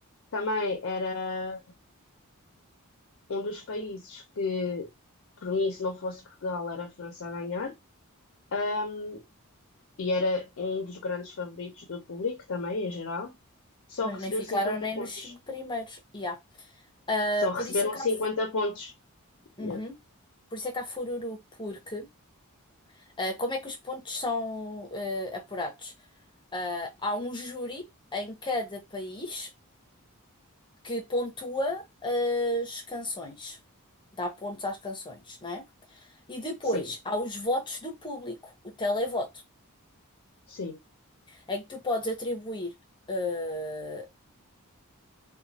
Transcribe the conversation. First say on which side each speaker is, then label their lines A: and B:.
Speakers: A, on the left (about 55°); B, on the left (about 20°).
A: também era um dos países que, por mim, se não fosse Portugal, era a França a ganhar. Ahm, e era um dos grandes favoritos do público também, em geral. Só
B: Mas
A: recebeu
B: nem ficaram
A: 50
B: nem
A: pontos.
B: nos cinco primeiros. Yeah. Ah,
A: Só receberam
B: por isso é que
A: 50
B: há...
A: pontos.
B: Uhum.
A: Yeah.
B: Por isso é que há fururu, porque ah, como é que os pontos são ah, apurados? Ah, há um júri em cada país que pontua as canções, dá pontos às canções, não é? E depois
A: Sim,
B: há os votos do público, o televoto,
A: sim.
B: em que tu podes atribuir eh,